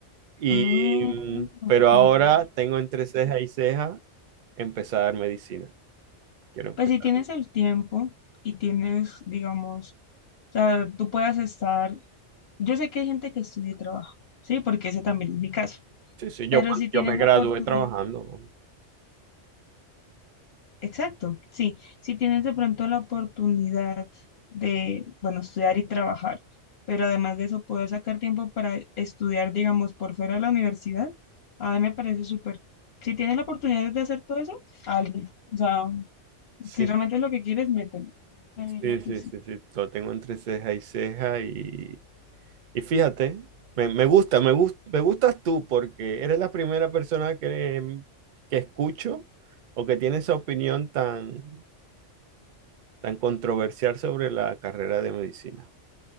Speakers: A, on the right; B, on the left.
A: Y,
B: Ah,
A: mm,
B: ok.
A: pero ahora tengo entre ceja y ceja empezar medicina. Quiero empezar.
B: Pues si tienes el tiempo y tienes, digamos, o sea, tú puedas estar, yo sé que hay gente que estudia y trabaja, ¿sí? Porque ese también es mi caso,
A: Sí, sí,
B: pero
A: yo, cuando
B: si tienes
A: yo me
B: la
A: gradué
B: oportunidad,
A: trabajando. ¿no?
B: exacto, sí, si tienes de pronto la oportunidad de, bueno, estudiar y trabajar, pero además de eso poder sacar tiempo para estudiar, digamos, por fuera de la universidad, a mí me parece súper. Si tienes la oportunidad de hacer todo eso, hazlo. O sea,
A: Sí,
B: si realmente
A: sí,
B: es lo que quieres, mételo. Yo diría
A: sí,
B: que
A: sí,
B: sí.
A: sí, sí, lo tengo entre ceja y ceja y, y fíjate, me, me gusta, me gus- me gustas tú porque eres la primera persona que, que escucho o que tiene esa opinión tan, tan controversial sobre la carrera de medicina.